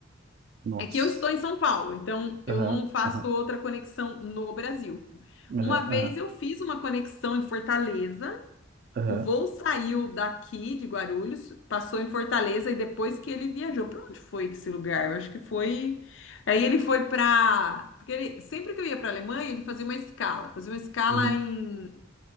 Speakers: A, on the right (about 50°); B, on the left (about 65°).
A: nossa,
B: É que eu estou em São Paulo, então eu
A: aham,
B: não faço
A: aham,
B: outra conexão no Brasil.
A: aham,
B: Uma vez
A: aham,
B: eu fiz uma conexão em Fortaleza,
A: aham,
B: o voo saiu daqui de Guarulhos, passou em Fortaleza e depois que ele viajou, para onde foi esse lugar? Eu acho que foi. Aí ele foi para, porque ele... sempre que eu ia para Alemanha ele fazia uma escala, fazia uma escala
A: uhum,
B: em,